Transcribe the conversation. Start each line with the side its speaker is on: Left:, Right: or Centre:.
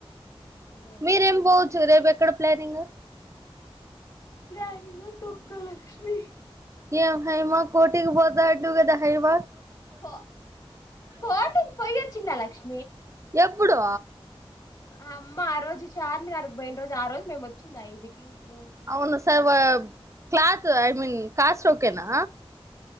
Left: అదే
Right: మీరేం పోవచ్చు కదా రేపు ఎక్కడ ప్లానింగ్
Left: ప్లానింగ్ తొక్క లక్ష్మి
Right: ఏ హైమ కోటికి పోతా అంటివి కదా హైమ
Left: కో కోటకి పోయి వచ్చిన లక్ష్మి
Right: ఎప్పుడు
Left: ఆ అమ్మ ఆ రోజు చార్మినార్కి పోయిన రోజు ఆ రోజు మేము వచ్చింది ఐదుకి రూమ్ కి
Right: అవును సరే
Left: అదే
Right: మరి క్లాత్ ఐ మీన్ కాస్ట్ ఓకేనా